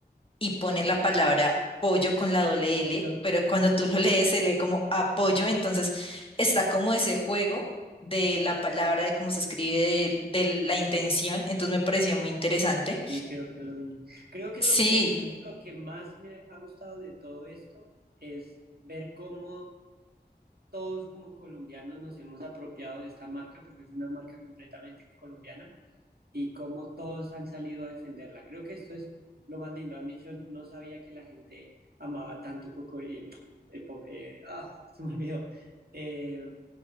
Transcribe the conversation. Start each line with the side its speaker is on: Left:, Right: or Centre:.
Left: y ponen la palabra pollo con la doble
Right: o
Left: L,
Right: yo
Left: pero cuando tú lo lees se lee como apoyo, entonces está como ese juego de la palabra, de cómo se escribe, de, de la intención, entonces me pareció muy interesante.
Right: y creo que lo vi. Creo que
Left: Sí,
Right: lo, de hecho lo que más me ha gustado de todo esto es ver cómo todos como colombianos nos hemos apropiado de esta marca porque es una marca completamente colombiana y cómo todos han salido a defenderla. Creo que esto es lo más lindo. Han dicho, no sabía que la gente amaba tanto Cocori. eh, eh, po- eh, ah, <laughs> se me olvidó. Eh,